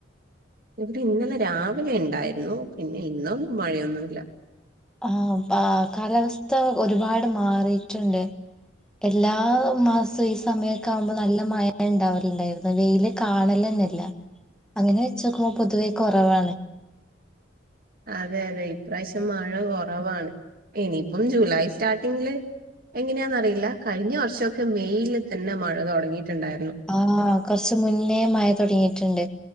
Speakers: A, on the right; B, in the centre.
A: ഇവിടെ ഇന്നലെ രാവിലെ ഇണ്ടായിരുന്നു പിന്നെ ഇന്നൊന്നും മഴയൊന്നുല്ല.
B: ആഹ് കാലാവസ്ഥ ഒരുപാട് മാറിയിട്ടുണ്ട്. എല്ലാ മാസവും ഈ സമയമൊക്കെ ആകുമ്പോ നല്ല മഴ ഉണ്ടാവലുണ്ടായിരുന്നു വെയില് കാണലെന്നെല്ല അങ്ങനെ വെച്ചോക്കുമ്പോ പൊതുവേ കുറവാണ്.
A: അതെ അതെ ഇപ്രാവശ്യം മഴ കുറവാണ് ഇനിയിപ്പം ജൂലൈ സ്റ്റാർട്ടിങ്ങില്. എങ്ങനെയാന്നറിയില്ല കഴിഞ്ഞ വർശോക്കെ മെയില് തന്നെ മഴ തൊടങ്ങിയിട്ടുണ്ടായിരുന്നു
B: ആഹ് കൊറച്ച് മുന്നേ മഴ തൊടങ്ങിയിട്ട്ണ്ട്